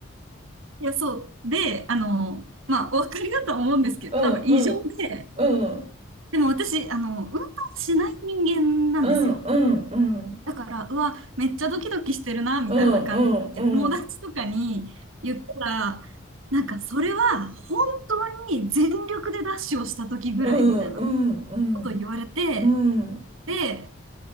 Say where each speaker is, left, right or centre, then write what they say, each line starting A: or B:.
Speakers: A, on the right (about 75°); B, on the right (about 30°).
A: いや、そう。で、あの、まあ、お分かりだとは思うんですけど、
B: うんうん
A: 多分異常で、
B: うん
A: でも私、あの、運動しない人間なんですよ。
B: うんうんうん
A: だから、うわ、めっちゃドキドキしてるな、みたいな感じで、
B: うんうんうん
A: 友達とかに言ったら、なんか、それは本当に全力でダッシュをした時ぐらいみたいな
B: うんうんうん
A: ことを言われて、
B: うん
A: で、